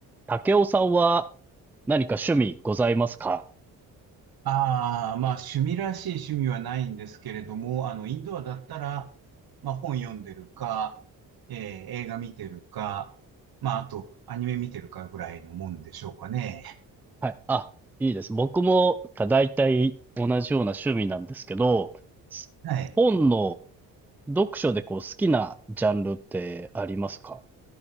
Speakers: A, in the centre; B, on the right.
A: 武雄さんは何か趣味ございますか
B: ああ、まあ趣味らしい趣味はないんですけれども、あの、インドアだったら、まあ本読んでるか、えー映画見てるか、まああとアニメ見てるかぐらいのもんでしょうかね。
A: はい。あ、いいです。僕もだいたい同じような趣味なんですけど、す本の
B: はい。
A: 読書でこう好きなジャンルってありますか